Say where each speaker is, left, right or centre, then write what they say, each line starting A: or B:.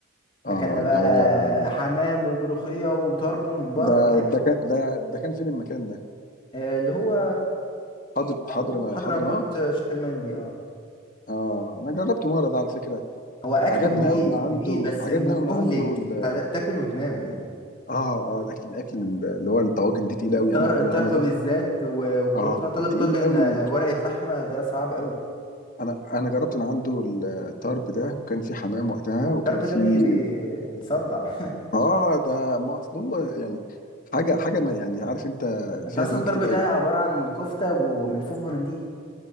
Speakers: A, on the left; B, on the left.
A: اه
B: اكلنا بقى
A: اللي هو
B: حمام وملوخيه وطرب وممبار
A: ده
B: والاكل
A: ده كان ده ده كان فين المكان ده
B: آه، اللي هو
A: حضر
B: معروف
A: حضر
B: حضرموت
A: حضر موت
B: آه، شيخ المندي اه
A: اه انا جربته مره ده على فكره
B: هو اكله
A: عجبني
B: جميل
A: قوي من عنده
B: جميل بس
A: عجبني
B: م-
A: قوي من
B: مهلك
A: عنده ال...
B: انت هت- تاكل وتنام يعني
A: اه اه الاكل الاكل من اللي هو الطواجن دي تقيل
B: الطر...
A: قوي انا
B: الطرب
A: انا انا جر...
B: بالذات و... وكنت
A: اه
B: انا طالب
A: تقيل
B: طاجن
A: قوي
B: آه، ورقه لحمه ده صعب قوي
A: انا انا جربت من عنده الطرب ده وكان في حمام وقتها وكان
B: الطرب
A: في
B: ده بي... بي... بيصدع
A: اه ده ما اصل هو يعني حاجه حاجه ما يعني عارف انت
B: <laughs> انت
A: فيها
B: اصلا
A: دهون
B: الطرب
A: كتير
B: ده
A: قوي
B: عباره عن كفته وملفوف بمنديل